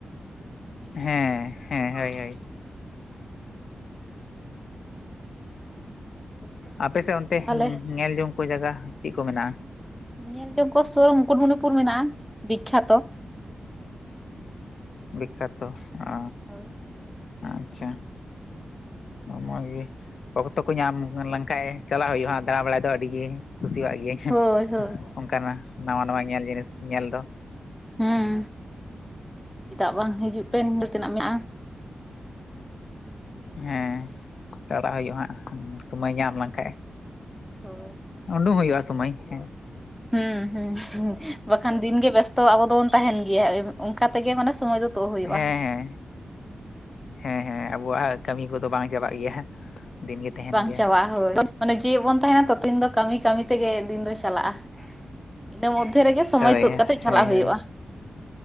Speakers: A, on the left; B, in the centre.
A: ᱦᱮᱸ ᱦᱮᱸ ᱦᱳᱭ ᱦᱳᱭ
B: ᱦᱳᱭᱛᱚ
A: ᱟᱯᱮᱮᱥᱮᱫ ᱚᱱᱛᱮ
B: ᱛᱟᱦᱚᱞᱮ
A: ᱧᱮᱞ ᱡᱚᱝ ᱠᱚ ᱡᱟᱭᱜᱟ ᱪᱮᱫ ᱠᱚ ᱢᱮᱱᱟᱜᱼᱟ
B: ᱧᱮᱞ ᱡᱚᱝ ᱠᱚ ᱥᱩᱨ ᱢᱩᱠᱩᱴᱢᱚᱱᱤᱯᱩᱨ ᱢᱮᱱᱟᱜᱼᱟ ᱵᱤᱠᱠᱷᱟᱛᱚ
A: ᱵᱤᱠᱠᱷᱟᱛᱚ ᱚ
B: ᱦᱳᱭ
A: ᱟᱪᱪᱷᱟ ᱢᱚᱡᱽ ᱜᱮ ᱚᱠᱛᱚ ᱠᱚ ᱧᱟᱢ ᱞᱮᱱᱠᱷᱟᱡ ᱪᱟᱞᱟᱜ ᱦᱩᱭᱩᱜᱼᱟ ᱫᱟᱬᱟ ᱵᱟᱲᱟᱭ ᱫᱚ ᱟᱹᱰᱤ ᱜᱮ ᱠᱩᱥᱤᱭᱟᱜ ᱜᱤᱭᱟᱹᱧ
B: ᱦᱳᱭ ᱦᱳᱭ
A: ᱚᱱᱠᱟᱱᱟᱜ ᱱᱟᱣᱟ ᱱᱟᱣᱟ ᱧᱮᱞ ᱡᱤᱱᱤᱥ ᱧᱮᱞ ᱫᱚ
B: ᱦᱮᱸ ᱪᱮᱫᱟᱜ ᱵᱟᱝ ᱦᱤᱡᱩᱜ ᱯᱮ ᱧᱮᱞ ᱛᱮᱱᱟᱜ ᱢᱮᱱᱟᱜᱼᱟ
A: ᱦᱮᱸ ᱪᱟᱞᱟᱜ ᱦᱩᱭᱩᱜ ᱦᱟᱸᱜ ᱥᱚᱢᱚᱭ ᱧᱟᱢ ᱞᱮᱱᱠᱷᱟᱡ
B: ᱦᱳᱭ
A: ᱩᱰᱩᱠ ᱦᱩᱭᱩᱜᱼᱟ ᱥᱚᱢᱚᱭ ᱦᱮᱸ
B: ᱦᱩᱸ ᱦᱩᱸ ᱵᱟᱠᱷᱟᱱ ᱫᱤᱱᱜᱮ ᱵᱮᱥᱛᱚ ᱟᱵᱚ ᱫᱚᱵᱚᱱ ᱛᱟᱦᱮᱱ ᱜᱮ ᱜᱮᱭᱟ ᱚᱱᱠᱟᱛᱮᱜᱮ ᱢᱟᱱᱮ ᱥᱚᱢᱚᱭ ᱫᱚ ᱛᱳᱫ ᱦᱩᱭᱩᱜᱼᱟ
A: ᱦᱮᱸ ᱦᱮᱸ ᱦᱮᱸ ᱦᱮᱸ ᱟᱵᱚᱣᱟᱜ ᱠᱟᱹᱢᱤ ᱠᱚᱫᱚ ᱵᱟᱝ ᱪᱟᱵᱟᱜ ᱜᱮᱭᱟ ᱫᱤᱱᱜᱮ ᱛᱟᱦᱮᱱ
B: ᱵᱟᱝ
A: ᱜᱮᱭᱟ
B: ᱪᱟᱵᱟᱜᱼᱟ ᱦᱳᱭ ᱢᱟᱱᱮ ᱡᱮᱣᱮᱫ ᱵᱚᱱ ᱛᱟᱦᱮᱱᱟ ᱛᱚᱚᱛᱤᱱ ᱫᱚ ᱠᱟᱹᱢᱤ ᱠᱟᱹᱢᱤ ᱛᱮᱜᱮ ᱫᱤᱱ ᱫᱚ ᱪᱟᱞᱟᱜᱼᱟ ᱤᱱᱟᱹ ᱢᱚᱫᱽᱫᱷᱮ ᱨᱮᱜᱮ ᱥᱚᱢᱚᱭ
A: ᱦᱳᱭ
B: ᱛᱩᱫ ᱠᱟᱛᱮᱜ ᱪᱟᱞᱟᱜ
A: ᱦᱳᱭ
B: ᱦᱩᱭᱩᱜᱼᱟ
A: ᱦᱳᱭ